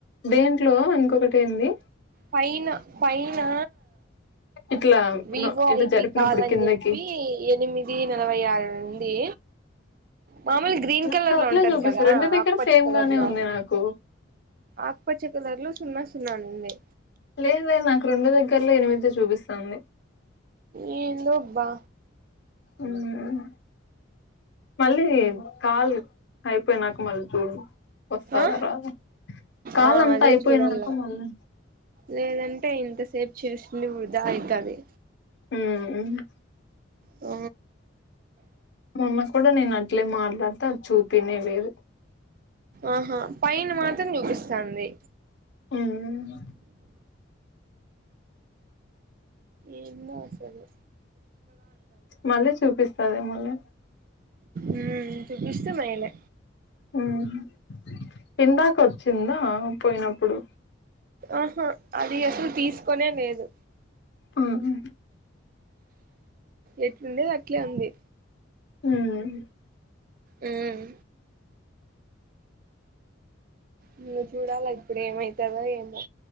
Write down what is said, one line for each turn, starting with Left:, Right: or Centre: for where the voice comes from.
Left: దేంట్లో ఇంకొకటెంది
Right: పైన పైనా
Left: ఇట్లా
Right: వివో
Left: ఇట్లా
Right: ఐపి
Left: జరిపినప్పుడు
Right: కాదని
Left: కిందకి
Right: చెప్పి ఎనిమి ది నలభై ఆరు ననుంది మాములు గ్రీన్
Left: నాకు
Right: కలర్ లో
Left: అట్లే
Right: ఉంటది
Left: చూపిస్తారు
Right: కదా
Left: రెండు దగ్గర
Right: ఆకుపచ్చి
Left: సేమ్
Right: కలర్
Left: గానే
Right: లో
Left: ఉంది నాకు
Right: ఆకుపచ్చ కలర్ లో సున్నా సున్నా అని అంది
Left: లేదువే నాకు రెండు దగ్గరలో ఎనిమిది చూపిస్తుంది
Right: ఏందోబ్బా
Left: మ్మ్ మళ్ళీ కాల్ అయి అయిపోయినాక మళ్ళీ చూడు వస్తదా
Right: ఆ
Left: రాదా కాలంతా
Right: ఆ అదే
Left: అయిపోయినాక
Right: చూడాల
Left: మళ్ళీ
Right: లేదంటే ఇంతసేపు చేసింది వృధా అయితది
Left: మ్మ్
Right: ఆ
Left: మా అమ్మ కూడా నేను అట్లే మాట్లాడితే అది చూపినే లేదు
Right: ఆహా పైన మాత్రం చూపిస్తాంది
Left: ఉమ్మ్
Right: ఏందో అసలు
Left: మళ్ళీ చూపిస్తది మళ్ళీ
Right: ఉమ్మ్ చూపిస్తే మేలే
Left: ఉహు ఇందాక వచ్చిందా పోయినప్పుడు
Right: ఆహా అది అసలు తీసుకొనే లేదు
Left: ఆహా
Right: ఎట్లుండేది అట్లే ఉంది
Left: ఉమ్మ్
Right: ఉమ్ ఇంగ చూడాల ఇప్పుడు ఏమైతదో ఏమో